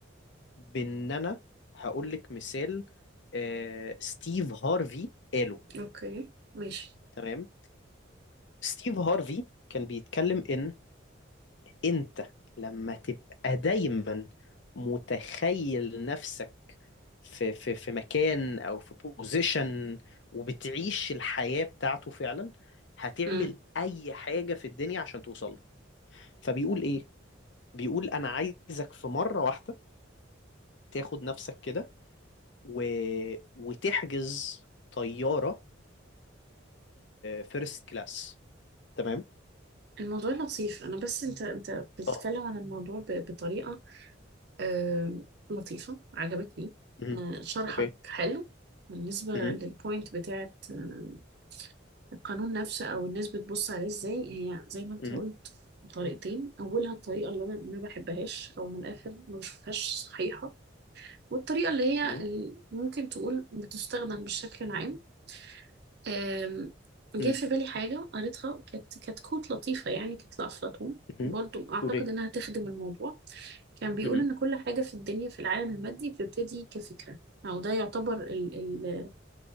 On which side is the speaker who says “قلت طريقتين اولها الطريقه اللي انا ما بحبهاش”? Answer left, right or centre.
Right